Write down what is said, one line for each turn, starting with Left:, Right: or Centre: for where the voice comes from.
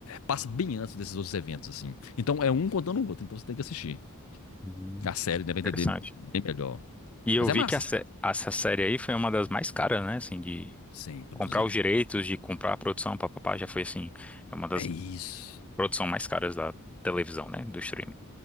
Left: passa bem antes desses outros eventos, assim. Então, é um contando o outro, então você tem que assistir.
Centre: hum,
Left: A série deve
Centre: interessante.
Left: entender bem melhor.
Centre: E eu
Left: Mas é
Centre: vi
Left: massa.
Centre: que a sé- essa série aí foi uma das mais caras, né? Assim, de
Left: Sim, produzida.
Centre: comprar os direitos, de comprar a produção, papapá, já foi assim, é uma das
Left: É isso.
Centre: produções mais caras da televisão, né? Do streaming.